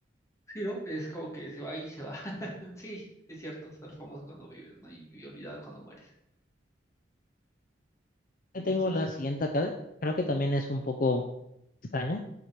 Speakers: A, on the left (about 15°); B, on the left (about 45°).
A: Sí, ¿no? Es como que se va y se va. <laughs> Sí, sí es cierto, ser famoso cuando vives, ¿no? Y, y olvidado cuando mueres. Tienes,
B: yo tengo
A: tienes.
B: la siguiente acá, de- creo que también es un poco extraña.